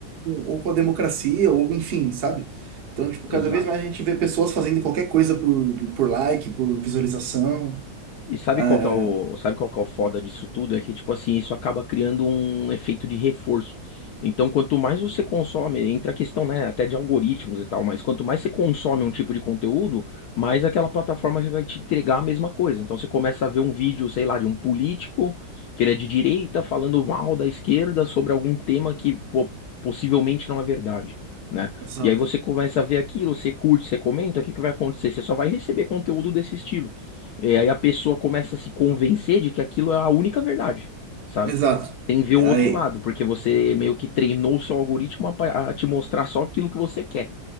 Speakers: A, on the right; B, on the left.
A: ou com a democracia, ou enfim, sabe? Então, tipo,
B: exato.
A: cada vez mais a gente vê pessoas fazendo qualquer coisa por, por like, por visualização.
B: E sabe
A: É,
B: qual que é o, sabe qual que é o foda disso tudo? É que, tipo assim, isso acaba criando um efeito de reforço. Então, quanto mais você consome, entra a questão, né, até de algoritmos e tal, mas quanto mais você consome um tipo de conteúdo, mais aquela plataforma já vai te entregar a mesma coisa. Então, você começa a ver um vídeo, sei lá, de um político que ele é de direita falando mal da esquerda sobre algum tema que, pô, possivelmente não é verdade. né?
A: exato,
B: E aí você começa a ver aquilo, você curte, você comenta, o que que vai acontecer? Você só vai receber conteúdo desse estilo. E aí a pessoa começa a se convencer de que aquilo é a única verdade, sabe?
A: exato.
B: Tem que ver o
A: Aí,
B: outro lado, porque você meio que treinou o seu algoritmo a, pa- a te mostrar só aquilo que você quer.